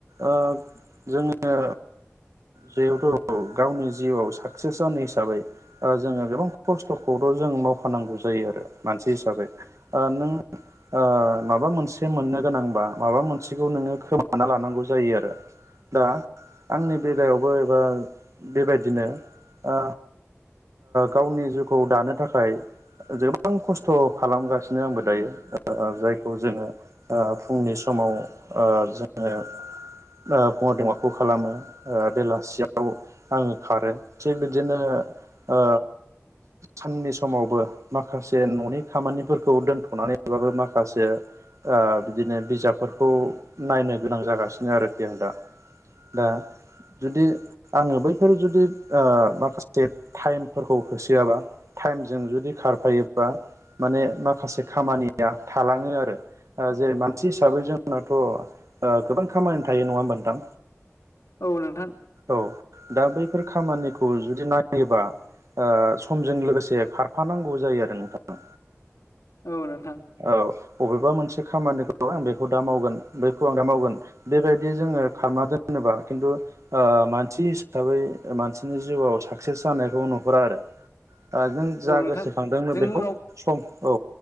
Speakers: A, on the right; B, on the left.
A: ओ जोङो जिहेथु गावनि जिउआव साक्सेस जानाय हिसाबै ओ जोङो गोबां खस्थ'खौथ'' जों मावखानांगौ जायो मानसि हिसाबै ओ नों ओ माबा मोनसे मोननो गोनांबा माबा मोनसेखौ नोङो खोमाना लानांगौ जायो आरो दा आंनि बेलायावबो एबा बेबायदिनो ओ गावनि जिउखौ दानो थाखाय गोबां खस्थ' खालामगासिनो आंबो दायो ओ जायखौ जोङो ओ फुंनि समाव ओ जोङो ओ मरनिं वाकखो खालामो बेलासियाव आङो खारो थिग बिदिनो ओ साननि समावबो माखासे न'नि खामानिफोरखौ दोनथ'नानै मबाबो माखासे ओ बिदिनो बिजाबफोरखौ नायनो गोनां जागासिनो आरोखि आं दा दा जुदि आङो बैफोर जुदि ओ माखासे टाइमफोरखौ होसोआबा टाइमजों जुदि खारफायोबा माने माखासे खामानि या थालाङो आरो ओ जेरै मानसि हिसाबै जोंनाथ' ओ गोबां खामानि थायो नङा होम नोंथां
B: औ नोंथां
A: औ दा बैफोर खामानिखौ खौ जुदि नायोबा समजों ओ लोगोसे खारफानांगौ जायो आरो नोंथाङा
B: औ नोंथां
A: औ अबेबा मोनसे खामानिखौ आं बेखौ दा मावगोन बेखौ आं दा मावगोन बेबायदि जोङो खालाम दोनोबा खिन्थु ओ मानसि हिसाबै मानसिनि जिउआव साक्सेस जानायखौ नुहरा आरो
B: <inaudible>
A: ओ जों जा
B: औ नोंथां
A: गोसोखांदों
B: जों
A: बेखौ
B: उनाव
A: सम औ